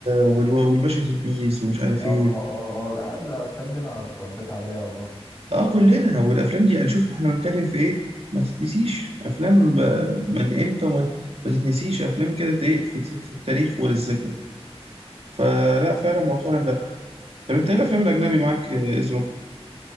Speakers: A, on the right; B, on the left.
A: وال- والباشا تلميذ ومش عارف
B: أه
A: ايه
B: أه أه لا لا الأفلام دي أنا اتربيت عليها والله
A: اه كلنا والافلام دي هنشوف احنا بنتكلم في ايه ما تتنسيش افلام ب... من امتى وما ما تتنسيش افلام كده ايه في... في في التاريخ وللذكرى فلا فعلا مؤخرا لا طب انت ايه الافلام الاجنبي معاك آه، ايه ظروفها